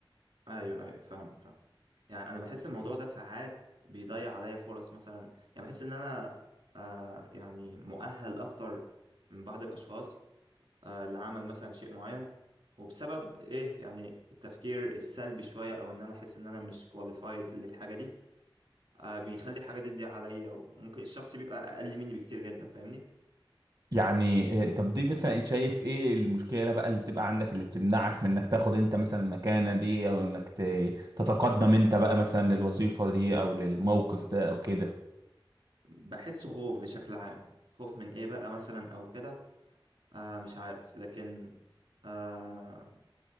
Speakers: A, on the right (about 75°); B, on the right (about 50°).
A: ايوه ايوه فاهمك فاهم يعني انا بحس الموضوع ده ساعات بيضيع عليا فرص مثلا يعني بحس ان انا آه يعني مؤهل اكتر من بعض الاشخاص آه لعمل مثلا شيء معين وبسبب ايه يعني التفكير السلبي شويه او ان انا احس ان انا مش كواليفايد للحاجه دي آه، بيخلي الحاجة دي تضيع عليا وممكن الشخص بيبقى أقل مني بكتير جدا فاهمني
B: يعني آه، طب دي مثلا انت شايف ايه المشكله بقى اللي بتبقى عندك اللي بتمنعك من انك تاخد انت مثلا المكانه دي او انك ت- تتقدم انت
A: م-
B: بقى
A: م-
B: مثلا للوظيفه دي او للموقف ده او كده
A: بحس خوف بشكل عام خوف من إيه بقى مثلا أو كده آه مش عارف لكن آه